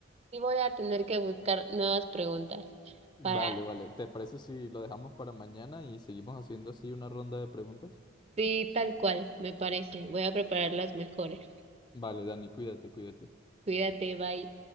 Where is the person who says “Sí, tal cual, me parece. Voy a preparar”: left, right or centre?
Right